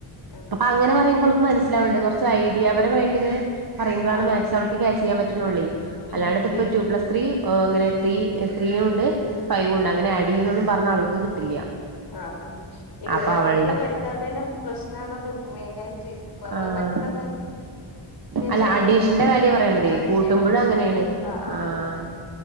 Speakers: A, on the left; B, on the right.
A: ഉം
B: അപ്പൊ അങ്ങനെ പറയ്മ്പോ
A: ഉം
B: മനസിലാവണ്ട് കുറ ച്ച് ഐഡിയാപരമായിട്ടിങ്ങനെ പറയ്മ്പളാണ്
A: ആഹ്
B: മാത്‌സവൾക്ക്
A: ആഹ്
B: ക്യാ ചെയാൻ പ <unintelligible>
A: ഉം
B: അല്ലാണ്ടിപ്പ
A: ഈ
B: ടു പ്ലസ് ത്രീ ഏ ഇങ്ങനെ ത്രീ ത്രീ ഉണ്ട് ഫൈവ് ഉണ്ട് അങ്ങനെ ആഡ് ചെയ്യുന്നൊന്നും പറഞ്ഞാ അവൾ കിട്ടില്ല
A: ആ ആ ഈ ഗുണന
B: അപ്പൊ അവളുടെ
A: പട്ടിക പഠിക്കാത്തതിന്റെ പ്രശ്നാണത് മെയിന നമ്മള്
B: ആ
A: പെട്ടെന്ന് തേച്ചാൻ
B: അല്ല അഡീഷന്റെ
A: കയ്യാല്ലോ
B: കാര്യ പറയണതേ
A: അത്
B: കൂട്ടുമ്പോഴും അങ്ങനെയാണ്
A: ശേ ആ ആ
B: ആഹ്
A: ആ ആ